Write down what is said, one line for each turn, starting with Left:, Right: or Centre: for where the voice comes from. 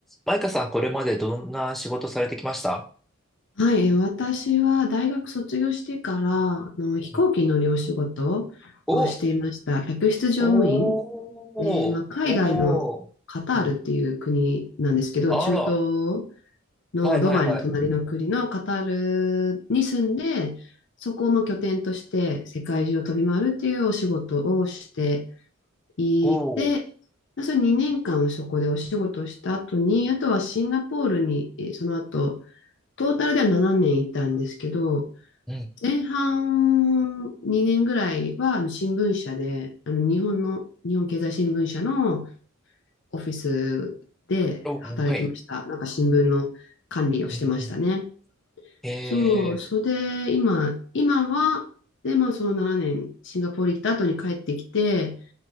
Centre: マイカさん、これまでどんな仕事されてきました
Left: はい、えー私は大学卒業してからあの飛行機に乗るお仕事をしていました。
Centre: うんお、
Left: 客室乗務員
Centre: おー、
Left: で、まあ、海外のカタールっていう国なんですけど、
Centre: おー、うんあら、
Left: 中東のドバイの隣の国のカタールに住んで、
Centre: はいはいはい。
Left: そこをまあ拠点として世界中を飛び回るっていうお仕事をしていて、
Centre: おー、
Left: まあそれ2年間そこでお仕事をした後に、あとはシンガポールにえーその後トータルでは7年いたんですけど、
Centre: うん
Left: 前半2年ぐらいはあの新聞社で、あの日本の、日本経済新聞社のオフィスで働いてました。
Centre: おー、はい。
Left: なんか新聞の管理をしてましたね。
Centre: うんうんえ
Left: そう、それで今、今は、で、まあその7年、シンガポール行った後に帰ってきて、